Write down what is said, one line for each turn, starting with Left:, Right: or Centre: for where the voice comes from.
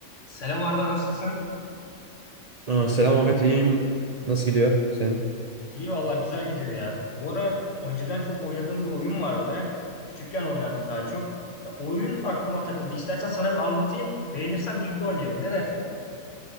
Left: Selam Arda nasılsın?
Right: Aa, selam Ahmet, iyiyim. Nasıl gidiyor senin?
Left: İyi valla güzel gidiyor ya. Bu ara önceden çok oynadığım bir oyun vardı. Küçükken oynardık daha çok. Ya, oyun aklıma takıldı. İstersen sana bir anlatayım. Beğenirsen birlikte oynayalım. Ne dersin?